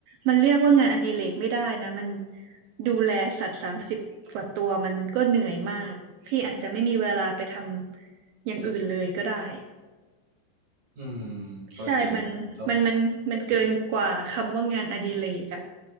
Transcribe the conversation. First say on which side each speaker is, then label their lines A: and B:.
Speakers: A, on the right; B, on the right.
A: มันเรียกว่างานอดิเรกไม่ได้นะมันดูแลสัตว์สามสิบกว่าตัวมันก็เหนื่อยมากพี่อาจจะไม่มีเวลาไปทำอย่างอื่นเลยก็ได้
B: อืมก็จริงอะแล้ว
A: ใช่มันมันมันมันเกินกว่าคำว่างานอดิเรกอ่ะ
B: ธุรกิจ